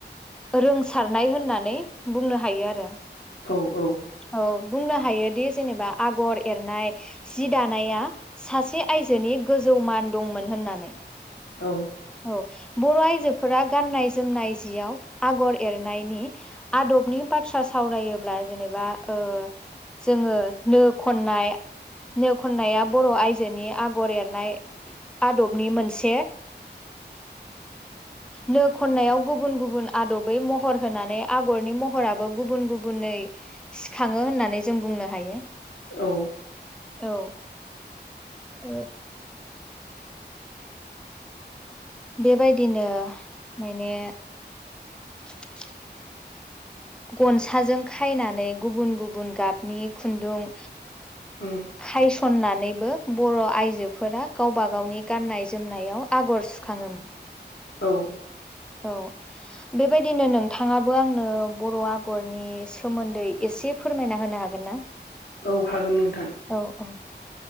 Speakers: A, in the centre; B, on the left.
A: रोंसारनाय होननानै बुंनो हायो आरो।
B: औ औ
A: औ बुंनो हायोदि जेनेबा आगर एरनाय जि दानाया सासे आयजोनि गोजौ मान दंमोन होननानै
B: औ
A: औ बर' आइजोफोरा गाननाय जोमनाय जिआव आगर एरनायनि आदबनि बाथ्रा सावरायोब्ला जेनेबा ओ जोङो नो खननाय नो खन्नाया बर' आयजोनि आगर एरनाय आदबनि मोनसे नो खननायाव गुबुन गुबुन आदबै महर होनानै आगरनि महराबो गुबुन गुबुनै सिखाङो होननानै जों बुंनो हायो
B: औ
A: औ ओ बेबायदिनो माने <inaudible> गनसाजों खायनानै गुबुन गुबुन गाबनि खुन्दुं
B: उम
A: खाय सननानैबो बर' आइजोफोरा गावबा गावनि गाननाय-जोमनायाव आगर सुखाङोमोन।
B: औ
A: औ बेबायदिनो नोंथाङाबो आंनो बर' आगरनि सोमोन्दै एसे फोरमायना होनो हागोन ना
B: औ हागोन नोंथां
A: औ औ